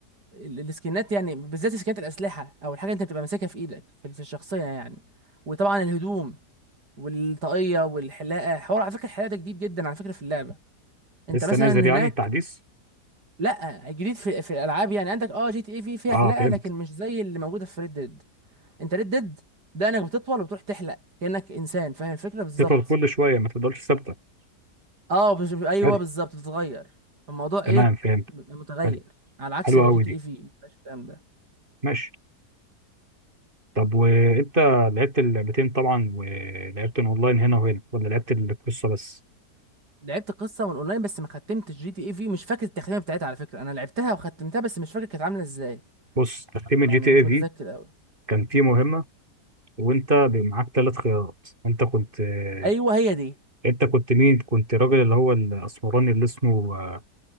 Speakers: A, on the right; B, on the right.
A: ال- السكنات يعني بالذات سكنات الاسلحه او الحاجه انت بتبقى ماسكها في ايدك في في الشخصيه يعني وطبعا الهدوم والطاقيه والحلاقه حوار على فكره الحلاقه ده جديد جدا على فكره في اللعبه انت
B: لسه
A: مثلا
B: نازل
A: هناك
B: يعني تحديث
A: لا جديد في في الالعاب يعني عندك اه جي تي اي في فيها
B: اه
A: حلاقه
B: فهمت
A: لكن مش زي اللي موجوده في ريد ديد، انت ريد ديد دقنك بتطول وبتروح تحلق كأنك انسان فاهم الفكرة بالظبط
B: تفضل كل شويه ما تفضلش ثابته
A: اه بش... ايوه
B: حلو
A: بالظبط بتتغير فالموضوع
B: تمام
A: ايه
B: فهمت
A: بيبقى متغير
B: حلو
A: على عكس
B: حلوه
A: جي
B: قوي
A: تي
B: دي
A: اي في ما فيهاش الكلام ده
B: ماشي طب وانت لعبت اللعبتين طبعا ولعبت اونلاين هنا وهنا ولا لعبت القصه بس
A: لعبت قصة من اونلاين بس ما ختمتش جي تي اي في مش فاكر التختيمة بتاعتها على فكرة انا لعبتها وختمتها بس مش فاكر كانت عاملة ازاي
B: بص تختيم الجي
A: يعني
B: تي
A: مش
B: اي في
A: متذكر قوي
B: كان فيه مهمة وانت بي- معاك ثلاث خيارات انت كنت آه،
A: ايوه هي دي
B: انت كنت مين كنت راجل اللي هو الاسمراني اللي اسمه آه،